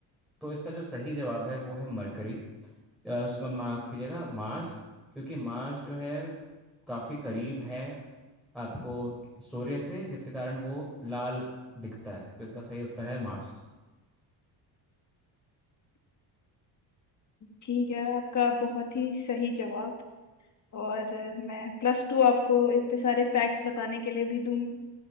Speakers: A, in the centre; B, on the left.
A: तो इसका जो सही जवाब है वो है मरकरी अ, स- माफ कीजिएगा मार्स क्योंकि मार्स जो है काफी करीब है आपको सूर्य से जिसके कारण वो लाल दिखता है तो इसका सही उत्तर है मार्स
B: ठीक है आपका बहुत ही सही जवाब और मैं प्लस टू आपको इतने सारे फैक्ट्स बताने के लिए भी दूंगी